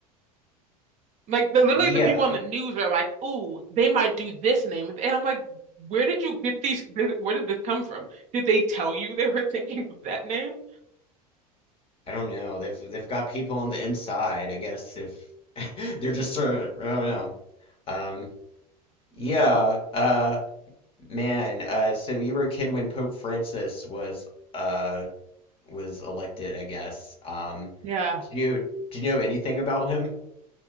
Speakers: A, on the right; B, on the left.
A: Like the literally
B: Yeah.
A: the people on the news are like, "Ooh, they might do this name," and I'm like, "Where did you get these? th- Where did this come from? Did they tell you they were <laughs> thinking of that name?"
B: I don't know. They've they've got people on the inside, I guess, if <laughs> they're just sort of, I don't know. Um, yeah, uh, man, uh, so you were a kid when Pope Francis was uh was elected, I guess. Um,
A: Yeah.
B: did you did you know anything about him?